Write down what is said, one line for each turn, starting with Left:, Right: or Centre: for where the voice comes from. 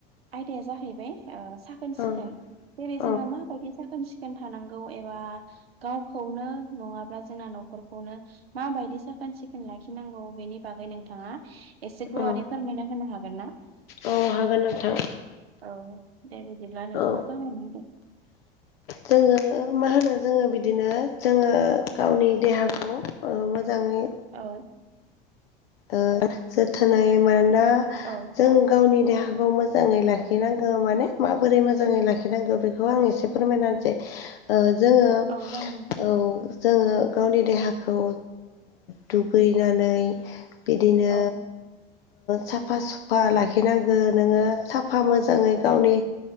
Right: आयदाया जाहैबाय ओ साखोन सिखोन
Left: औ
Right: जेरै
Left: औ
Right: जोङो माबायदि साखोन सिखोन थानांगौ एबा गावखौनो नङाब्ला जोंना न'खरखौनो माबायदि साखोन सिखोन लाखिनांगौ बेनि बागै नोंथाङा एसे गुवारै
Left: औ
Right: फोरमायना होनो हागोन ना?
Left: औ हागोन नोंथां
Right: औ दे बिदिब्ला नोंथाङा
Left: औ
Right: फोरमायनो दे
Left: जोङो मा होनो जोङो बिदिनो जोङो गावनि देहाखौ मोजाङै
Right: औ
Left: ओ जोथोनै मोनो
Right: औ
Left: जों गावनि देहाखौ मोजाङै लाखिनांगौ माने माबोरै मोजाङै लाखिनांगौ बेखौ आं एसे फोरमायनानैसै जोङो
Right: औ जागोन नोंथां
Left: औ जोङो गावनि देहाखौ दुगैनानै बिदिनो
Right: औ
Left: साफा सुफा लाखिनांगो नोङो साफा मोजाङै गावनि